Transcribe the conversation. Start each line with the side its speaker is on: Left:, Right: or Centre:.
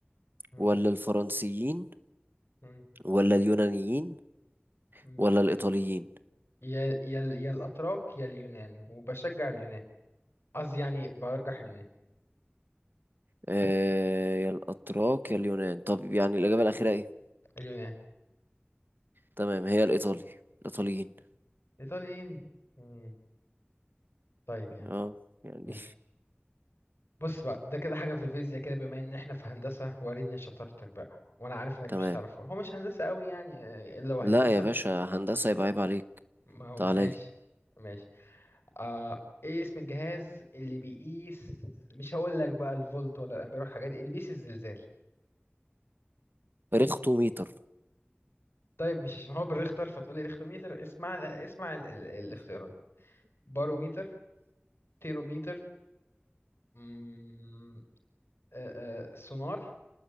Left: مم.
Right: ولا الفرنسيين
Left: مم.
Right: ولا اليونانيين
Left: مم.
Right: ولا الايطاليين
Left: يا يا يا الاتراك يا اليونان وبشجع اليونان قصدي يعني برجح اليونان
Right: أه يا الاتراك يا اليونان طب يعني الاجابة الاخيرة ايه
Left: اليونان
Right: تمام هي الايطالي الايطاليين
Left: ايطاليين مم. طيب يا
Right: اه
Left: عم
Right: يعني
Left: ماشي بص بقى ده كده حاجة في الفيزياء كده بما ان احنا في هندسة وريني شطارتك بقى وانا عارف انك
Right: <laughs> تمام
Left: مش هتعرفها هو مش هندسة قوي يعني آه، الا وهيكون
Right: لا
Left: سهل
Right: يا باشا هندسة يبقى عيب عليك
Left: ما هو
Right: تعالى
Left: ماشي
Right: لي
Left: ماشي آه ايه اسم الجهاز اللي بيقيس مش هقول لك بقى الفولت ولا الامبير والحاجات دي اللي بيقيس الزلزال
Right: ريختوميتر
Left: طيب مش عشان هو بالريختر فتقول لي ريختوميتر اسمع اسمع ال ال الاختيارات باروميتر تيروميتر مم، آه، آه، سونار